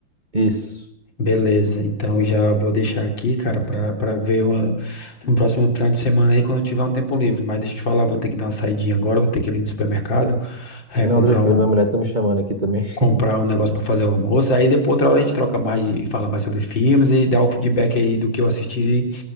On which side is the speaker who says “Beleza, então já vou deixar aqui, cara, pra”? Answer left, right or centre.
Left